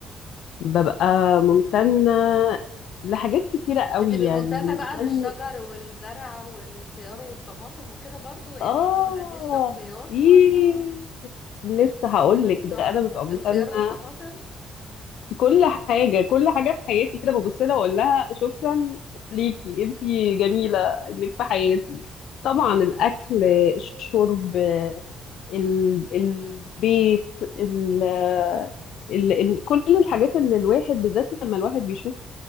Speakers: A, on the left (about 80°); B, on the left (about 45°).
A: ببقى ممتنة لحاجات كتيرة قوي
B: بتبقي
A: يعني
B: ممتنة
A: ممتنة
B: بقى للشجر والزرع والخيار والطماطم وكده برضو يعني
A: آه
B: انت من هذه الشخصيات
A: إيه
B: ولا
A: لسه هقول
B: انت من
A: لك
B: بتوع
A: ده أنا ببقى ممتنة
B: الخيار والطماطم مم.
A: لكل حاجة كل حاجة في حياتي كده ببص لها وأقول لها شكرا ليكي أنتي جميلة إنك في حياتي طبعا الأكل الشرب ال- البيت ال ال- ال- كل الحاجات اللي الواحد بالذات لما الواحد بيشوف